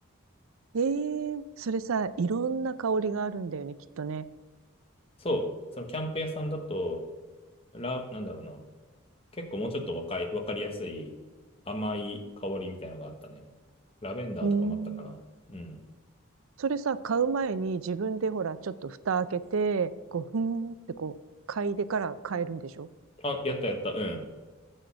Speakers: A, on the right (about 70°); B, on the left (about 25°).
A: う。ええそれさ、いろんな香りがあるんだよね、きっとね。
B: そう、そのキャンプ屋さんだと、ラ、なんだろうな。結構もうちょっと若い、わかりやすい甘い香りみたいなのがあったね。ラベンダーとかもあったかな。
A: うーん。
B: うん。
A: それさ、買う前に自分でほら、ちょっと蓋開けて、こう、ふーんってこう、嗅いでから買えるんでしょ
B: あ、やったやった。うん。